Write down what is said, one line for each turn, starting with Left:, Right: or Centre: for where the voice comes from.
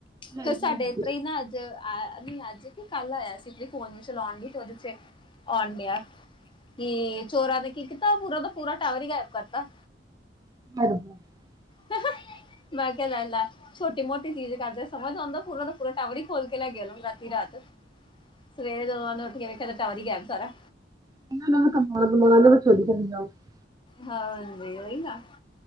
Right: ਹਾਂਜੀ
Left: ਫਿਰ ਸਾਡੇ
Right: ਹਾਂਜੀ
Left: ਇਤਰਾ ਈ ਨਾ ਆਆ ਨਈ ਅੱਜ ਕਿ ਕੱਲ ਆਇਆ ਸੀ ਜੀ ਫੋਨ ਨੂੰ ਚਲਾਉਣ ਲੀ ਤੇ ਉਹਦੇ ਚ ਓਣ ਡਿਆ। ਟੀ ਚੋਰਾਂ ਨੇ ਕੀ ਕੀਤਾ ਪੂਰਾ ਦਾ ਪੂਰਾ ਟਾਵਰ ਈ ਗੈਬ ਕਰਤਾ।
Right: <unintelligible>
Left: ਹਹਾ ਮੈਂ ਕਿਆ ਲੈਲੈ ਛੋਟੀ ਮੋਟੀ ਚੀਜ਼ ਕਰਦੇ ਸਮਝ ਆਉਂਦਾ ਪੂਰਾ ਦਾ ਪੂਰਾ ਟਾਵਰ ਈ ਖੋਲ ਕੇ ਲੈ ਗੇ ਓ ਲੋ ਦਾ ਅੱਧੀ ਰਾਤ। ਸਵੇਰੇ ਜਦੋਂ ਉਹਨਾ ਉੱਠ ਕੇ ਵੇਖਿਆ ਤਾਂ ਟਾਵਰ ਈ ਗੈਬ ਸਾਰਾ।
Right: <inaudible>
Left: ਹਾਂਜੀ ਉਈ ਨਾ,